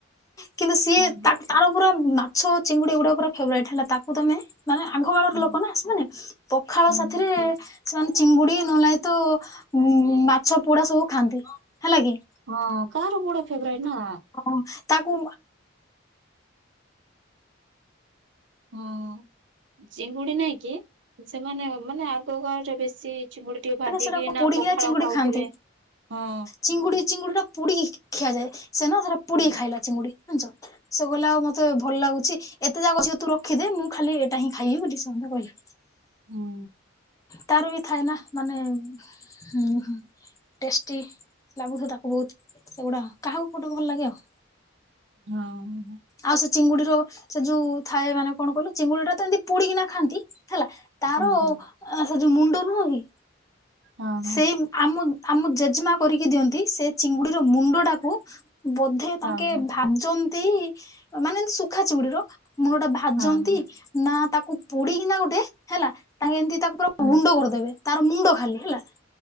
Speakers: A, on the left (about 15°); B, on the right (about 65°).
A: କିନ୍ତୁ ସିଏ
B: ହଁ
A: ତାକ୍ ତାର ପୁରା ମାଛ ଚିଙ୍ଗୁଡ଼ି ଏଗୁଡ଼ା ପୁରା ଫେବରାଇଟ୍ ହେଲା ତାକୁ ତମେ ମାନେ ଆଗ କାଳର
B: ହଁ
A: ଲୋକ ନା ସେମାନେ ପଖାଳ
B: ହଁ।
A: ସାଥିରେ ସେମାନେ ଚିଙ୍ଗୁଡ଼ି ନହେଲେ ନାଇଁ ତ ଉଁ ମାଛ ପୋଡ଼ା ସବୁ ଖାଆନ୍ତି। ହେଲା କି?
B: ହଁ କାହାର କୋଉଟା ଫେବରାଇଟ୍ ନା।
A: ହଁ ତାକୁ
B: ହଁ। ଚିଙ୍ଗୁଡି ନାଇଁ କି ସେମାନେ ମାନେ ଆଗ କାଳରେ ବେଶୀ ଚିଙ୍ଗୁଡି। ଟି ଭାଜିକି
A: ମାନେ ସେଟା
B: ନା
A: ପୋଡିକିନା
B: ପଖାଳ
A: ଚିଙ୍ଗୁଡି
B: ଖାଉଥିବେ
A: ଖାଆନ୍ତି
B: ହଁ।
A: ଚିଙ୍ଗୁଡି ଚିଙ୍ଗୁଡି ଟା ପୋଡିକି ଖିଆଯାଏ ସେ ନା ସେଟା
B: ହୁଁ
A: ପୋଡିକି ଖାଇଲା ଚିଙ୍ଗୁଡି। ଜାଣିଚ ସେ କହିଲା ଆଉ ମତେ ଭଲ ଲାଗୁଛି। ଏତେ ଯାକ ଝିଅ ତୁ ରଖିଦେ ମୁଁ ଖାଲି ଏଇଟା ହିଁ ଖାଇବି ବୋଲି ସେ ମୋତେ କହିଲା।
B: ହଁ।
A: ତାର ବି ଥାଏ ନା ମାନେ ହୁଁ ହୁଁ। ଟେଷ୍ଟି ଲାଗୁଥିବ ତାକୁ ବହୁତ ସେଗୁଡ଼ା କାହାକୁ କଉଟା ଭଲ ଲାଗେ ଆଉ।
B: ହଁ ହେ
A: ଆଉ ସେ ଚିଙ୍ଗୁଡିର ସେ ଯୋଉ ଥାଏ ମାନେ କଣ କହିଲ ଚିଙ୍ଗୁଡି ଟା ତ ଏମିତି ପୋଡିକିନା ଖାଆନ୍ତି ହେଲା। ତାର
B: ହୁଁ
A: ଆ
B: ହୁଁ
A: ସେ ଯୋଉ ମୁଣ୍ଡ ନୁହଁ କି
B: ହଁ ହଁ
A: ସେଇ ଆମ ଆମ ଜେଜେମା କରିକି ଦିଅନ୍ତି ସେ ଚିଙ୍ଗୁଡିର ମୁଣ୍ଡ ଟାକୁ ବ ଧେ
B: ହଁ
A: ତାଙ୍କେ
B: ହଁ
A: ଭାଜନ୍ତି ଅ ମାନେ ଏମିତି ସୁଖା ଚିଙ୍ଗୁଡି ର ମୁଣ୍ଡ ଟା ଭାଜନ୍ତି।
B: ହଁ ହଁ
A: ନା ତାକୁ ପୋଡିକିନା ଗୋଟେ ହେଲା ତାଙ୍କେ ଏମିତି ତାକୁ ତ
B: ହୁଁ
A: ଗୁଣ୍ଡ କରିଦେବେ ତାର ମୁଣ୍ଡ ଖାଲି ହେଲା।